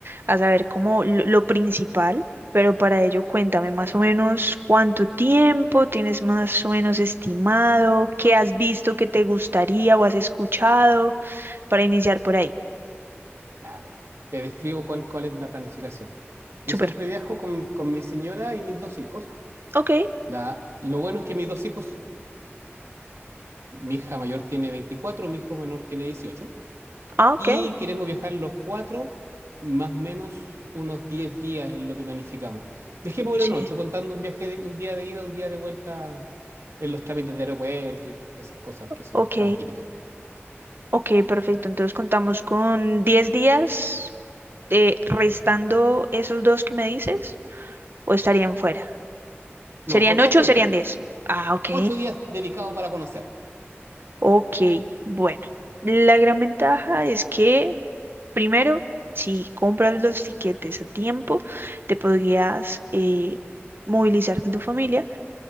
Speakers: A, on the right; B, on the right.
A: a saber cómo lo, lo principal, pero para ello cuéntame más o menos cuánto tiempo tienes más o menos estimado, qué has visto que te gustaría o has escuchado. para iniciar por ahí.
B: A ver, te describo cuál, cuál es la planificación. Yo
A: Súper.
B: siempre viajo con, mi- con mi señora y mis dos hijos.
A: Ok,
B: La- lo bueno es que mis dos hijos, mi hija mayor tiene 24, mi hijo menor tiene 18,
A: ah, ok.
B: y queremos viajar los cuatro, más o menos unos 10 días es lo que planificamos. Dejémoslo
A: Sí.
B: en 8 contando un viaje de, un día de ida, un día de vuelta en los trámites de aeropuerto y esas cosas que son
A: Ok,
B: tan típicas.
A: ok, perfecto. Entonces contamos con 10 días eh, restando esos dos que me dices, o estarían fuera.
B: No,
A: ¿Serían
B: con
A: 8
B: 8
A: o serían
B: días.
A: 10? Ah, ok,
B: ocho días dedicados para conocer.
A: ok. Bueno, la gran ventaja es que, primero, si compras los tiquetes a tiempo, te podrías eh, movilizar con tu familia